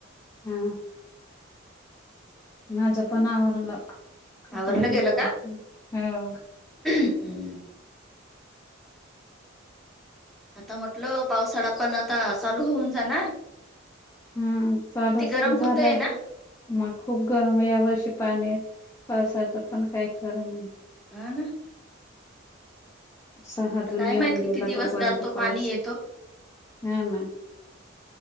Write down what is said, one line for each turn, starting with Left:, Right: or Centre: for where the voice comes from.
Left: हा माझं पण आवरलं. <unintelligible>
Centre: आवरलं गेलं का
Left: हो.
Centre: हम्म आता म्हटलं पावसाळा पण आता चालू होऊन जाणार.
Left: हम्म, चालूच
Centre: किती गरम
Left: झालाय.
Centre: होतय ना
Left: मग खूप गरम या वर्षी पाणी पावसाच पण काय खरं नाही.
Centre: हाना.
Left: सहा
Centre: आता
Left: जून
Centre: काय
Left: येऊन
Centre: माहित किती
Left: गेला
Centre: दिवस
Left: तोपर्यंत
Centre: घालतो
Left: पाऊस
Centre: पाणी येतो
Left: हाना.